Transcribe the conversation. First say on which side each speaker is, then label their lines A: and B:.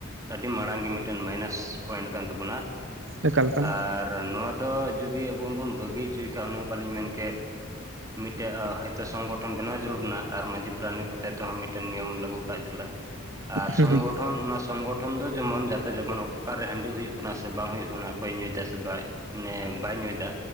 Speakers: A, on the right (about 15°); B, on the right (about 60°).
A: ᱟᱹᱰᱤ ᱢᱟᱬᱟᱝ ᱜᱮ ᱢᱤᱫᱴᱟᱹᱱ ᱢᱟᱭᱱᱟᱥ ᱯᱚᱭᱮᱱᱴ ᱠᱟᱱ ᱛᱟᱵᱚᱱᱟ
B: ᱮᱠᱟᱞ ᱮᱠᱟᱞ
A: ᱟᱨ ᱱᱚᱣᱟ ᱫᱚ ᱡᱩᱫᱤ <unintelligible> ᱵᱚᱱ ᱵᱚᱱ ᱵᱟᱹᱜᱤ ᱩᱪᱩᱭᱮ ᱠᱷᱟᱡ ᱚᱱᱮ ᱚᱱᱠᱟ ᱞᱤᱧ ᱢᱮᱱ ᱠᱮᱜ ᱢᱤᱫᱴᱮᱜ ᱚ ᱦᱚᱭᱛᱚ ᱥᱚᱝᱜᱚᱴᱷᱚᱱ ᱵᱮᱱᱟᱣ ᱡᱟᱹᱨᱩᱲ ᱵᱩᱱᱟ ᱟᱨ ᱢᱟᱺᱡᱷᱤ ᱯᱨᱟᱱᱤᱠ ᱦᱚᱛᱮᱛ ᱛᱮᱦᱚᱸ ᱢᱤᱫᱴᱮᱱ ᱱᱤᱭᱚᱢ ᱞᱟᱹᱜᱩ ᱠᱟᱜ ᱡᱟᱹᱨᱩᱲᱟ᱾ ᱟᱨ
B: ᱦᱩᱸ
A: ᱥᱚᱝᱜᱚᱴᱷᱚᱱ
B: ᱦᱩᱸ
A: ᱚᱱᱟ ᱥᱚᱝᱜᱚ ᱴᱷᱚᱱ ᱫᱚ ᱡᱮᱢᱚᱱ ᱡᱟᱛᱮ ᱡᱮᱢᱚᱱ ᱚᱠᱟ ᱨᱮ ᱦᱟᱺᱰᱤ ᱦᱩᱭᱩᱜ ᱠᱟᱱᱟ ᱥᱮ ᱵᱟᱝ ᱦᱩᱭᱩᱜ ᱠᱟᱱᱟ ᱚᱠᱚᱭ ᱧᱩᱭᱟ ᱫᱟ ᱥᱮ ᱵᱟᱭ ᱢᱟᱱᱮ ᱵᱟᱭ ᱧᱩᱭ ᱫᱟ᱾